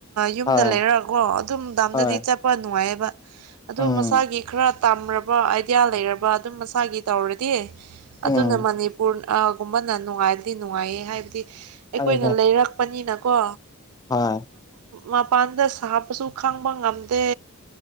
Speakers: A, on the right; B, on the left.
A: ꯌꯨꯝꯗ
B: ꯍꯣꯏ
A: ꯂꯩꯔꯛꯑꯀꯣ ꯑꯗꯨꯝ ꯗꯥꯝꯗꯗꯤ
B: ꯍꯣꯏ
A: ꯆꯠꯄ ꯅꯨꯡꯉꯥꯏꯑꯕ ꯑꯗꯨ
B: ꯎꯝ
A: ꯃꯁꯥꯒꯤ ꯈꯔ ꯇꯝꯔꯕ ꯑꯥꯏꯗꯤꯌꯥ ꯂꯩꯔꯕ ꯑꯗꯨꯝ ꯃꯁꯥꯒꯤ ꯇꯧꯔꯗꯤ ꯑꯗꯨꯅ
B: ꯎꯝ
A: ꯃꯅꯤꯄꯨꯔ ꯥ ꯨꯝꯕꯅ ꯅꯨꯡꯉꯥꯏꯔꯗꯤ ꯅꯨꯡꯉꯥꯏꯌꯦ ꯍꯥꯏꯕꯗꯤ ꯑꯩꯈꯣꯏꯅ
B: ꯑꯗꯨꯅꯦ
A: ꯂꯩꯔꯛꯄꯅꯤꯅꯀꯣ
B: ꯍꯣꯏ
A: ꯃꯄꯥꯟꯗ ꯁꯥꯞꯄꯁꯨ ꯈꯪꯕ ꯉꯝꯗꯦ